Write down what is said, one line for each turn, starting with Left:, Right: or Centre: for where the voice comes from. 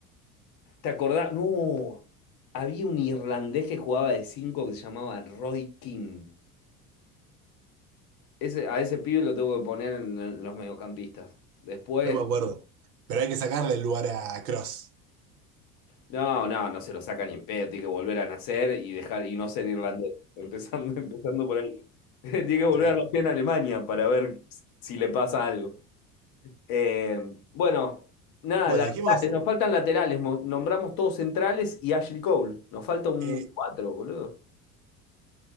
Left: ¿Te acordás? No, había un irlandés que jugaba de cinco que se llamaba Roy King. Ese, a ese pibe lo tengo que poner en los mediocampistas. Después,
Right: No me acuerdo. Pero hay que sacarle el lugar a Cross.
Left: No, no, no se lo saca ni en pedo, tiene que volver a nacer y dejar y no ser irlandés. Empezando, <laughs> empezando por ahí. <laughs> Tiene que volver
Right: Claro.
Left: a nacer en Alemania para ver si le pasa algo. Eh, bueno, nada,
Right: Bueno,
Left: laterales,
Right: dijimos,
Left: nos faltan laterales. Mo- Nombramos todos centrales y Ashley Cole. Nos falta un
Right: eh,
Left: cuatro, boludo.